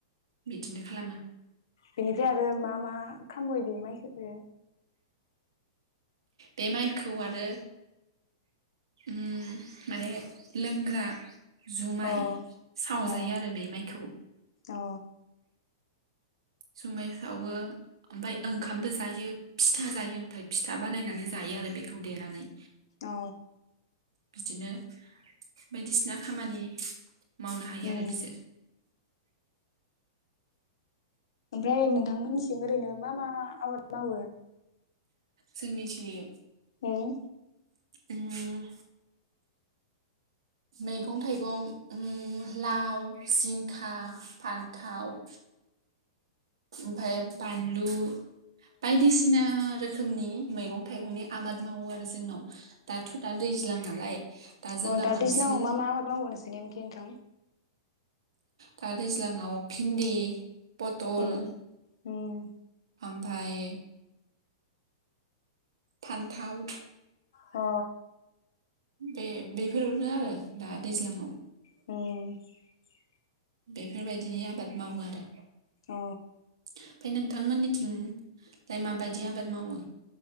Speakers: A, on the right; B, on the left.
A: बिदिनो खालामो।
B: बिनिफ्राय आरो मा मा खामबयो बे माइखो?
A: बे माइखौ आरो उम माने लोंग्रा जुमाय
B: अ
A: सावजायो
B: अ
A: आरो बे माइखौ
B: अ
A: जुमाइ सावो ओमफाय ओंखामबो जायो फिथा जायो ओमफाय फिथा बानायनानै जायो आरो बेखौ देनानै।
B: अ
A: बिदिनो बायदिसिना खामानि मावनो हायो
B: उम
A: आरो बिजो <inaudible>
B: उमफाय नोंथांमोननिथिं ओरैनो मा मा आबाद मावो?
A: जोंनिथिं
B: उम
A: उम मैगं थाइगं उम लाव, जिंखा फान्थाव ओमफाय बानलु बायदिसिना रो रोखोमनि मैगं थाइगंनि आबाद मावो आरो जोंनाव दाथ' दा दैज्लां नालाय जोंना
B: अ दा
A: बांसिन
B: दैज्लाङाव मा मा आबाद मावो नोंसोरनि खि नोंथां,
A: दा दैज्लाङाव भिन्दि, पटल
B: उम उम
A: ओनफाय फान्थाव
B: अ
A: बे बेफोरनो आरो दा दैज्लाङाव
B: ए
A: बेफोरबायदिनो आबाद मावो आरो
B: अ
A: ओमफ्राय नोंथांमोननिथिंजाय माबायदि आबाद मावो